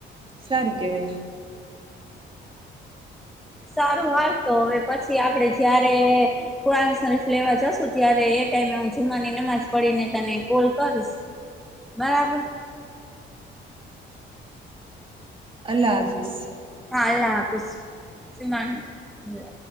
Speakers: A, on the right (about 25°); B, in the centre.
A: સારું કેહેવાય.
B: સારું હાલ તો હવે પછી આપડે જયારે ફસ <unintelligible> ફ્લેવર જશું ત્યારે ટાઈમે હું જુમમાની નમાજ પડીને તને કોલ કરીશ. બરાબર.
A: અલ્લાહ હાફિઝ.
B: હા અલ્હા હાફિજ મા. <unintelligible>